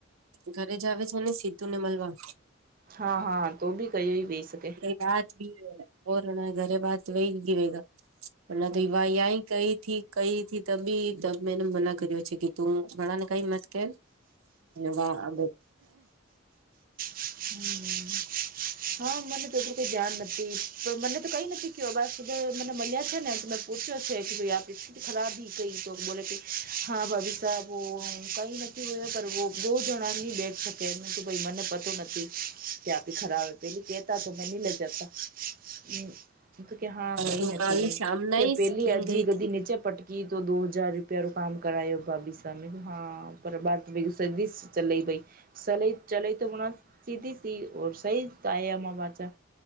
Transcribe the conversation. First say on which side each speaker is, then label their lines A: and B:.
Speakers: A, on the right; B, on the right.
A: ઘરે જ આવે છેને, સીધું ને મળવા
B: હા-હા તો બી ક વહી શકે
A: રાત ગીવે હોરણા, ઘરે બાત વહી ગીવેગ પણ ના
B: હમ
A: તો વા યાય કઈ થી કઈથી તબી તમે એને મના કર્યો છે. કે તું ભણા ને કઈ મસ્ કે વા અ
B: હમ હા મને તોટલું કોઈ જાન નથી. તો મને તો કઈ નથી કયો બસ સુધ મને મળ્યા છેને ત મેં પૂછ્યો છે. કે ભાઈ આપ સ્થિતિ ખરાબી કઈ તો બોલોલે કે હા, ભાભી સાહેબ કઈ નથી હોયા પર બો જણ બેકે એમ કે ભ મને પતો નથી કે આપે ખરાબ હો પેલી કેતા ની લજતા હમ કે હા કઈ
A: તું
B: નથી
A: કાલે શામ ના
B: કે પેલી
A: સ્કીન
B: હજી
A: ગઈ હતી
B: ગધી નીચે પટકી કે તો દો હજાર રૂપિયા રો કામ કરાય ભાભી સામે હા પર સદીશ ચ ભાઈ સલે ચલેઈ તો બણા સીધી સી સહી તયામા વાચા